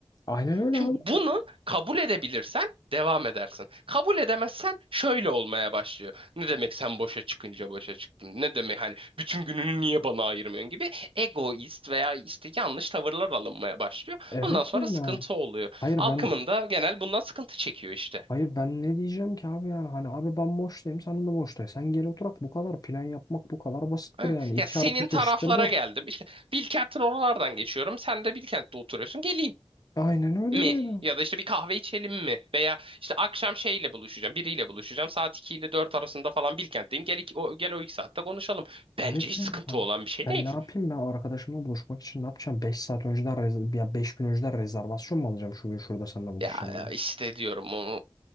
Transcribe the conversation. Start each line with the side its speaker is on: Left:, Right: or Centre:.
Left: aynen öyle
Right: Şimdi
Left: abi
Right: bunu kabul edebilirsen devam edersin. Kabul edemezsen şöyle olmaya başlıyor. Ne demek sen boşa çıkınca boşa çıktın? Ne demek hani bütün gününü niye bana ayırmıyorsun gibi egoist veya işte yanlış tavırlar alınmaya başlıyor.
Left: evet
Right: Ondan sonra
Left: yani
Right: sıkıntı oluyor.
Left: hayır
Right: Halkımın
Left: ben
Right: da genel bundan sıkıntı çekiyor işte.
Left: Hayır ben ne diyeceğim ki abi yani hani abi ben boştayım sen de boştayım. Sen gel oturak bu kadar plan yapmak bu kadar basittir
Right: Ha,
Left: yani. iki
Right: Ya senin
Left: artı 2
Right: taraflara
Left: eşittir 4.
Right: geldim. İşte Bilkent'in oralardan geçiyorum. Sen de Bilkent'te oturuyorsun. Geleyim
Left: Aynen öyle
Right: mi?
Left: yani.
Right: Ya da işte bir kahve içelim mi? Veya işte akşam şeyle buluşacağım, biriyle buluşacağım. Saat 2 ile 4 arasında falan Bilkent'teyim. Gel, iki, o, gel o 2 saatte konuşalım. Bence
Left: Evet
Right: hiç
Left: yani.
Right: sıkıntı
Left: Ha.
Right: olan bir şey
Left: Ben
Right: değil.
Left: ne yapayım ben arkadaşımla buluşmak için ne yapacağım? beş saat önceden rez- ya 5 gün önceden rezervasyon mu alacağım şu gün şurada seninle buluşacağım
Right: Ya ya
Left: diye.
Right: işte diyorum onu,